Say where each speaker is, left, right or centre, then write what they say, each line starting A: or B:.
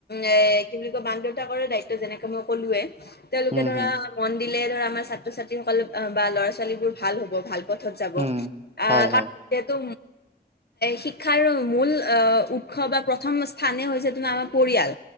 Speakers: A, on the left; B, on the right.
A: এ কি বুলি কয় মাক দেউতাকৰে দায়িত্ব যেনেকে মই ক'লোৱে। তেওঁলোকে
B: উম
A: ধৰা
B: হম
A: মন দিলে ধৰা আমাৰ ছাত্ৰ ছাত্ৰীসকলে বা ল'ৰা ছোৱালী বোৰ ভাল হ'ব ভাল। পথত যাব
B: উম
A: আহ
B: হয়
A: কাৰণ
B: হয়
A: যিহেতু। শিক্ষাৰ আৰু মূল আহ উৎস বা প্ৰথম স্থানেই হৈছে তোমাৰ আমাৰ পৰিয়াল।